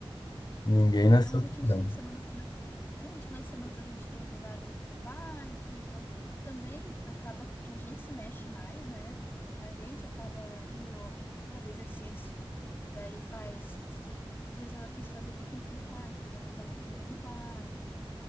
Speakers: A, on the left; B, on the left.
A: Ninguém
B: Então,
A: nasceu
B: os
A: sabendo.
B: últimos fins de semana, fina... é, de finais de semana a gente tem levado para o parque, então também acaba que a gente se mexe mais, né? A gente acaba indo fazer exercício, daí faz esses dias ela quis fazer piquenique no parque, então fizemos piquenique no parque,